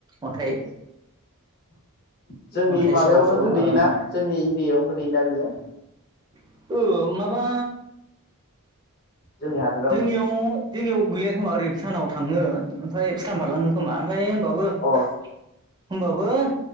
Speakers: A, on the right; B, on the left.
A: अन्थाइ
B: <inaudible> जोंनि
A: अन्थाइ
B: माबायावनो
A: साव साव
B: गोग्लैयोना
A: आराम
B: जोंनि एरियायावनो गोलैयोना बियो?
A: ओ माबा
B: जोंनि हादोरावनो
A: जोंनियाव जोंनियाव गैया खोमा ओरै भुटानाव थाङो ओमफाय <unintelligible> बारलाङो खोमा ओमफ्राय होमबाबो
B: अ
A: होमबाबो